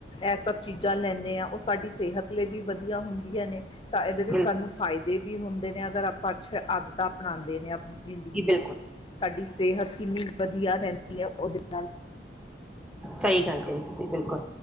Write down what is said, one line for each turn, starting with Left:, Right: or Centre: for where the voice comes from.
Left: ਐਸਾ। ਲੈਂਦੇ ਹਾਂ, ਉਹ ਸਾਡੀ ਸਿਹਤ ਲਈ ਵੀ ਵਧੀਆ ਹੁੰਦੀਆਂ ਨੇ, ਤਾਂ ਇਹਦੇ ਵਿੱਚ
Centre: ਬਿਲਕੁਲ
Left: ਸਾਨੂੰ ਫਾਇਦੇ ਵੀ ਹੁੰਦੇ ਨੇ ਅਗਰ ਆਪਾਂ ਅਛੇ ਆਦਤ ਅਪਣਾਉਂਦੇ ਨੇ ਆਪਾਂ। ਜ਼ਿੰਦਗੀ
Centre: ਜੀ
Left: ਵਿੱਚ
Centre: ਬਿਲਕੁਲ
Left: ਸਾਡੀ ਸਿਹਤ ਕਿੰਨੀ ਵਧੀਆ ਰਹਿੰਦੀ ਹੈ। ਉਹਦੇ ਨਾਲ,
Centre: ਸਹੀ ਗੱਲ ਤੇ ਜੀ, ਬਿਲਕੁਲ,